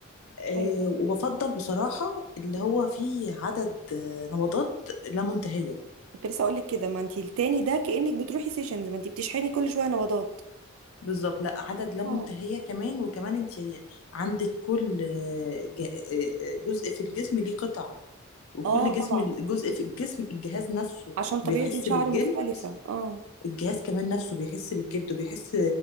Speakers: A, on the left; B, on the right.
A: أه
B: ايوه
A: وبفضل بصراحه اللي هو فيه عدد آه، نبضات لا منتهيه
B: كنت لسه اقول لك كده ما انت التاني ده كانك بتروحي سيشنز ما انت بتشحني كل شويه نبضات
A: بالظبط لا عدد لا منتهية
B: اه
A: كمان وكمان انت عندك كل ج- جزء في الجسم ليه قطعة وكل
B: اه طبعا
A: جسم جزء في الجسم الجهاز نفسه
B: عشان طبيعه
A: بيحس
B: الشعر
A: بالجلد
B: مختلفه اه
A: الجهاز كمان نفسه بيحس بالجلد وبيحس